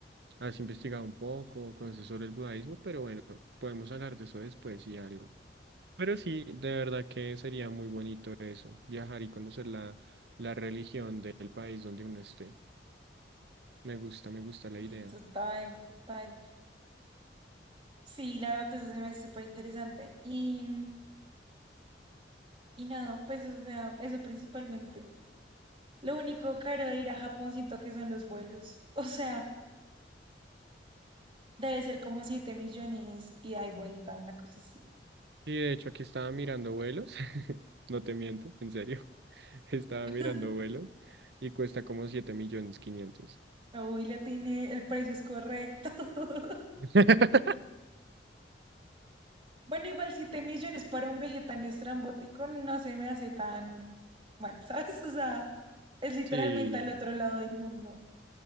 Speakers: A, on the right; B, on the right.
A: has investigado un poco o conoces sobre el budismo, pero bueno, podemos hablar de eso después y algo. Pero sí, de verdad que sería muy bonito eso, viajar y conocer la, la religión del país donde uno esté. Me gusta, me gusta la
B: Y
A: idea.
B: total, total. Sí, la verdad, eso se me hace súper interesante. Y, y nada, pues, o sea, eso principalmente. Lo único caro de ir a Japón siento que son los vuelos. <laughs> O sea, Debe ser como 7 millones y da y vuelta, una cosa así.
A: Sí, de hecho, aquí estaba mirando vuelos, <laughs> no te miento, en serio, <laughs> estaba
B: <laughs>
A: mirando vuelos y cuesta como siete millones quinientos
B: Uy, le tiene, el precio es correcto. <laughs>
A: <laughs>
B: Bueno, igual 7 millones para un veje tan estrambótico no se me hace tan mal, <laughs> ¿sabes? O sea, es literalmente
A: Sí,
B: al otro lado del mundo.